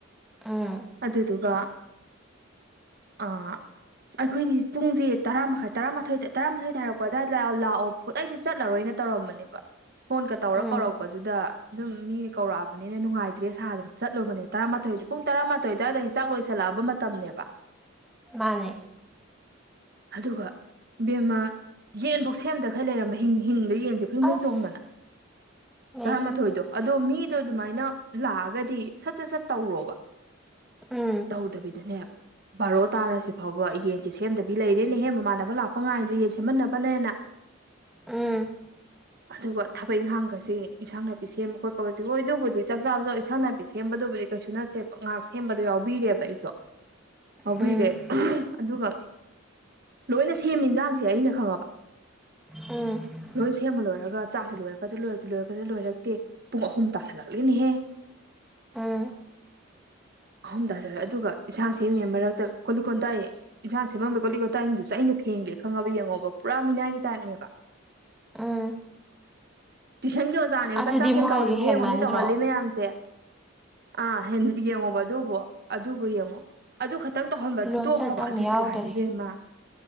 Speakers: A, in the centre; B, on the right.
A: ꯎꯝ
B: ꯑꯗꯨꯗꯨꯒ ꯑ ꯑꯩꯈꯣꯏꯗꯤ ꯄꯨꯡꯁꯦ ꯇꯔꯥꯃꯈꯥꯏ ꯇꯔꯥꯃꯥꯊꯣꯏ ꯇꯔꯥꯃꯥꯊꯣꯏ ꯊꯥꯔꯛꯄ ꯑꯗꯥꯏꯗ ꯂꯥꯛ ꯂꯥꯛꯑꯣ ꯐꯨ ꯑꯩꯁꯦ ꯆꯠꯂꯔꯣꯏꯅ ꯇꯧꯔꯝꯕꯅꯦꯕ ꯐꯣꯟꯒ ꯇꯧꯔ
A: ꯎꯝ
B: ꯀꯧꯔꯛꯄꯗꯨꯗ ꯑꯗꯨꯝ ꯃꯤꯅ ꯀꯧꯔꯛꯑꯕꯅꯤꯅ ꯅꯨꯡꯉꯥꯏꯇ꯭ꯔꯦ ꯁꯥꯗꯅ ꯆꯠꯂꯨꯕꯅꯦ ꯇꯔꯥꯃꯥꯊꯣꯏꯗꯤ ꯄꯨꯡ ꯇꯔꯥꯃꯥꯊꯣꯏꯗꯥꯏꯗ ꯆꯥꯛ ꯂꯣꯏꯁꯜꯂꯛꯑꯕ ꯃꯇꯝꯅꯦꯕ
A: ꯃꯥꯅꯦ
B: ꯑꯗꯨꯒ ꯕꯦꯝꯃ ꯌꯦꯟꯐꯧ ꯁꯦꯝꯗ ꯈꯩ ꯂꯩꯔꯝꯕ ꯍꯤꯡ ꯍꯤꯡꯗ ꯌꯦꯟꯁꯦ ꯐ꯭ꯔꯤꯡꯕꯤꯡ
A: ꯑꯁ
B: ꯆꯣꯡꯗꯅ
A: ꯃꯥꯏꯕꯦꯝꯃ
B: ꯇꯔꯥꯃꯥꯊꯣꯏꯗꯣ ꯑꯗꯣ ꯃꯤꯗꯣ ꯑꯗꯨꯃꯥꯏꯅ ꯂꯥꯛꯑꯒꯗꯤ ꯁꯠ ꯁꯠ ꯁꯠ ꯇꯧꯔꯣꯕ
A: ꯎꯝ
B: ꯇꯧꯗꯕꯤꯗꯅꯦ ꯕꯥꯔꯣ ꯇꯥꯔꯁꯤ ꯐꯥꯎꯕ ꯌꯦꯟꯁꯤ ꯁꯦꯝꯗꯕ ꯂꯩꯔꯦꯅꯦꯍꯦ ꯃꯃꯥꯟꯅꯕ ꯂꯥꯛꯄ ꯉꯥꯏꯔꯤ ꯌꯦꯟ ꯁꯦꯝꯃꯟꯅꯕꯅꯦꯅ
A: ꯎꯝ
B: ꯑꯗꯨꯒ ꯊꯕꯛ ꯏꯪꯈꯥꯡꯒꯁꯤ ꯏꯟꯁꯥꯡ ꯅꯥꯄꯤ ꯁꯦꯝꯕ ꯈꯣꯠꯄꯒꯁꯤ ꯍꯣꯏ ꯑꯗꯨꯕꯨꯗꯤ ꯆꯥꯛ ꯆꯥꯕꯁꯨ ꯏꯟꯁꯥꯡ ꯅꯥꯄꯤ ꯁꯦꯝꯕꯗꯨꯕꯨꯗꯤ ꯀꯩꯁꯨ ꯅꯠ ꯇꯦꯞ ꯉꯥꯏꯍꯥꯛ ꯁꯦꯝꯕꯗꯣ ꯌꯥꯎꯕꯤꯔꯦꯕ ꯑꯩꯗꯣ ꯌꯥꯎꯕꯤꯔꯦ
A: ꯎꯝ
B: ꯑꯗꯨꯒ ꯂꯣꯏꯅ ꯁꯦꯝꯃꯤ ꯌꯦꯟꯖꯥꯡꯁꯦ ꯑꯩꯅ ꯈꯪꯉꯕ
A: ꯎꯝ
B: ꯂꯣꯏ ꯁꯦꯝꯃ ꯂꯣꯏꯔꯒ ꯆꯥꯛꯁꯨ ꯂꯣꯏꯔꯛꯀꯗꯤ ꯂꯣꯏꯔꯦ ꯂꯣꯏꯔꯛꯀꯗ ꯂꯣꯏꯔꯛꯇꯦ ꯄꯨꯡ ꯑꯍꯨꯝ ꯇꯥꯥꯁꯜꯂꯛꯂꯤꯅꯤꯍꯦ
A: ꯎꯝ
B: ꯑꯍꯨꯝ ꯇꯥꯖꯔꯦ ꯑꯗꯨꯒ ꯏꯟꯁꯥꯡ ꯁꯦꯝꯉꯩ ꯃꯔꯛꯇ ꯀꯣꯂꯤꯛ ꯀꯣꯟꯇꯥꯏ ꯌꯦꯟꯥꯡ ꯁꯦꯝꯃꯝꯕꯩ ꯀꯣꯂꯤꯛꯀꯣꯟꯇꯥꯏꯅꯤꯡꯗꯨꯁꯨ ꯑꯩꯅ ꯐꯦꯡꯒꯦ ꯈꯪꯉꯕ ꯌꯦꯡꯉꯣꯕ ꯄꯨꯔꯥ ꯃꯤꯅꯥꯏꯒꯤ ꯇꯥꯏꯞꯅꯦꯕ
A: ꯎꯝ
B: ꯇꯨꯏꯁꯟꯒꯤ ꯑꯣꯖꯥꯅꯦꯕ
A: ꯑꯗꯨꯗꯤ
B: ꯆꯥꯛ ꯆꯥꯁꯦꯅ
A: ꯃꯣꯏꯁꯦ
B: ꯀꯧꯔꯤꯕꯅꯦ
A: ꯍꯦꯟꯃꯟꯗ꯭ꯔꯣ
B: ꯌꯦꯡꯉꯣ ꯁꯤ ꯇꯧꯍꯜꯂꯤ ꯃꯌꯥꯝꯁꯦ ꯑꯥ ꯍꯦꯟ ꯌꯦꯡꯉꯣꯕ ꯑꯗꯨꯕꯨ ꯑꯗꯨꯒ ꯌꯦꯡꯉꯣ ꯑꯗꯨ ꯈꯇꯪ ꯇꯧꯍꯟꯕꯗꯤ
A: ꯂꯣꯟꯆꯠ
B: ꯇꯣꯛꯈ꯭ꯔꯣꯕ
A: ꯑꯃ
B: ꯑꯗꯨꯗꯤ
A: ꯌꯥꯎꯗꯔꯦ
B: ꯂꯥꯏꯗ ꯏꯕꯦꯝꯃ